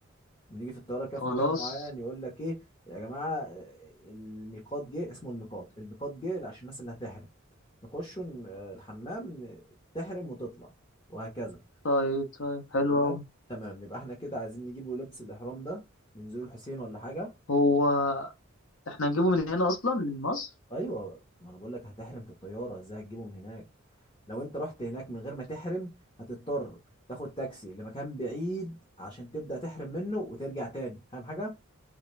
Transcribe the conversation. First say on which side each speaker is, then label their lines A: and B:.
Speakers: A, on the left; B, on the left.
A: بنيجي في الطياره كده
B: خلاص
A: في مكان معين يقول لك ايه يا جماعه الميقات جه اسمه الميقات الميقات جه عشان الناس اللي هتحرم نخش ن- الحمام تحرم وتطلع وهكذا
B: طيب طيب حلو
A: تمام
B: اوي
A: تمام يبقى احنا كده عايزين نجيبه لبس الاحرام ده ننزله الحسين ولا حاجه
B: هو احنا هنجيبه من هنا اصلا من مصر
A: ايوه ما انا بقول لك هتحرم في الطياره ازاي هتجيبه من هناك لو انت رحت هناك من غير ما تحرم هتضطر تاخد تاكسي لمكان بعيد عشان تبدا تحرم منه وترجع تاني فاهم حاجه